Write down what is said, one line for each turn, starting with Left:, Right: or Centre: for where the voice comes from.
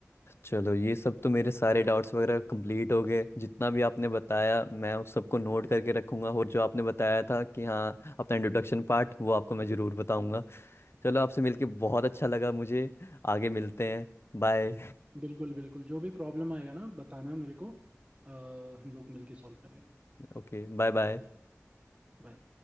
Left: चलो ये सब तो मेरे सारे डाउट्स वगैरह कंप्लीट हो गए जितना भी आपने बताया मैं उस सबको नोट करके रखूंगा और जो आपने बताया था कि हाँ अपना इंट्रोडक्शन पार्ट वो आपको मैं ज़रूर बताऊंगा चलो आपसे मिलके बहुत अच्छा लगा मुझे आगे मिलते हैं बाय
Right: बिल्कुल बिल्कुल जो भी प्रॉब्लम आएगा ना बताना मेरे को अ, हम लोग मिलके सॉल्व कर लेंगे
Left: Okay bye bye
Right: Bye.